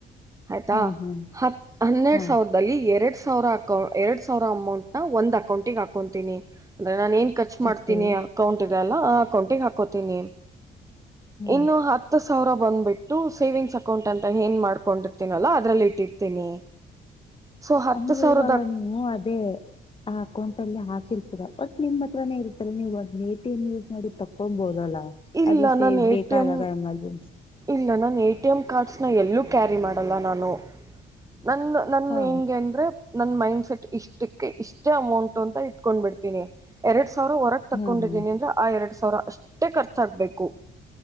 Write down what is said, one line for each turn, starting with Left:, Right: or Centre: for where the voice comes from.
Right: ಆಯ್ತಾ
Left: ಹಾ ಹಾ
Right: ಹತ್ ಹನ್ನೆರಡ್
Left: ಹಾ
Right: ಸಾವಿರದಲ್ಲಿ ಎರಡ್ ಸಾ ಸಾವಿರ ಅಕೌ ಎರಡ್ ಸಾವಿರ ಅಮೌಂಟ್ ನ ಒಂದ್ ಅಕೌಂಟಿಗೆ ಹಾಕೊಂತೀನಿ ನಾನನ್ ಏನ್ ಖರ್ಚು ಮಾಡ್ತೀನಿ
Left: ಓಕೆ
Right: ಅಕೌಂಟ್ ಇದೆ ಆ ಅಕೌಂಟಿಗೆಹಾಕೋತೀನಿ
Left: ಹ್ಮ್
Right: ಇನ್ನು ಹತ್ತು ಸಾವಿರ ಬಂದ್ಬಿಟ್ಟು ಸೇವಿಂಗ್ಸ್ ಅಕೌಂಟ್ ಅಂತ ಏನ್ ಮಾಡ್ಕೊಂಡಿರ್ತನಲ್ಲ ಅದ್ರಲ್ಲಿ ಇಟ್ಟಿರ್ತೀನಿ ಸೊ ಹತ್ತು
Left: ಅಂದ್ರೆ
Right: ಸಾವಿರದ
Left: ಇವಾಗ ನೀವು ಅದೇ ಆ ಅಕೌಂಟ ಅಲ್ಲಿ ಹಾಕಿಲ್ ಬಟ್ ನಿಮ್ ಹತ್ರನೇ ಇರ್ತಲ್ಲ ನೀವು ಎಟಿಎಂ ಯೂಸ್ ಮಾಡಿ ತಕೊಬೋದಲ್ಲಾ
Right: ಇಲ್ಲ
Left: ಅದು ಸೇ್
Right: ನಾನು ಎ
Left: ಬೇಕಾದಾಗ
Right: ಟಿ ಎಮ್
Left: ಎಮರ್ಜೆನ್ಸಿ
Right: ಇಲ್ಲ ನಾನ ಎ ಟಿ ಎಂ ಕಾರ್ಡ್ಸ್ ಎಲ್ಲೂ ಕ್ಯಾರಿ ಮಾಡಲ್ಲ ನಾನು ನನ್ನ ನನ್
Left: ಹಾ
Right: ಹೆಂಗೆ ಅಂದ್ರೆ ನನ್ ಮೈಂಡ್ ಇಷ್ಟಕ್ಕೆ ಇಷ್ಟೇ ಅಮೌಂಟ್ ಅಂತ ಇಟ್ಕೊಂಡ್ ಬಿಡ್ತೀನಿ ಎರಡ್ ಸ ಸಾವಿರ ಹೊರ ತಕೊಂಡಿದ್ದೀನ
Left: ಹಾ ಹಾ
Right: ಅಂದ್ರೆ ಆ ಎರಡ್ ಸಾವಿರ ಅಷ್ಟೇ ಖರ್ಚಾಗಬೇಕು